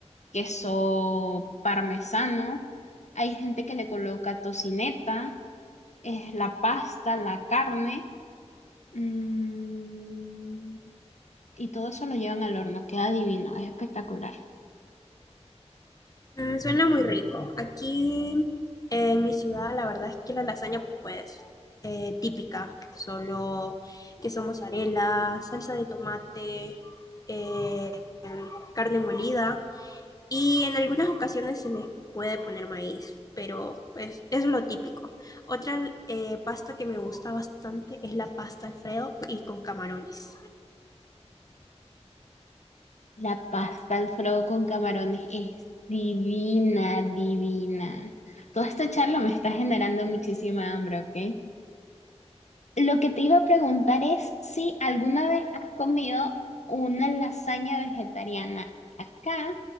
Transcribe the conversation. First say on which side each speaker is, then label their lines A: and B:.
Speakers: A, on the left; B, on the left.
A: queso parmesano. Hay gente que le coloca tocineta, es la pasta, la carne, mm, y todo eso lo llevan al horno, queda divino, es espectacular.
B: Mm, suena muy rico. Aquí en mi ciudad, la verdad es que la lasaña, pues, eh, típica, solo queso mozzarella, salsa de tomate, eh, em, carne molida y en algunas ocasiones se les puede poner maíz, pero pues es lo típico. Otra eh, pasta que me gusta bastante es la pasta Alfredo y con camarones.
A: La pasta Alfredo con camarones es divina, divina. Toda esta charla me está generando muchísima hambre, ¿ok? Lo que te iba a preguntar es si alguna vez has comido una lasaña vegetariana. Acá